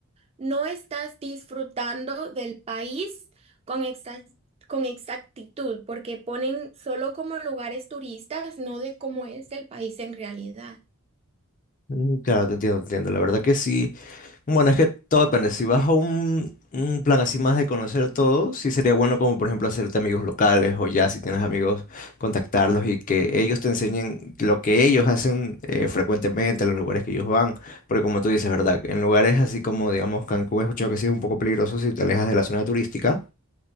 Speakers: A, on the right (about 30°); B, on the left (about 35°).
A: no estás disfrutando del país con exa- con exactitud, porque ponen solo como lugares turistas, no de cómo es el país en realidad.
B: Mm, Claro, te entiendo, te entiendo. La verdad que sí, Bueno, es que todo depende. Si vas a un, un plan así más de conocer todo, sí sería bueno como por ejemplo hacerte amigos locales o ya si tienes amigos, contactarlos y que ellos te enseñen lo que ellos hacen eh, frecuentemente, los lugares que ellos van. Porque como tú dices, ¿verdad? En lugares así como, digamos, Cancún, he escuchado que sí es un poco peligroso si te alejas de la zona turística,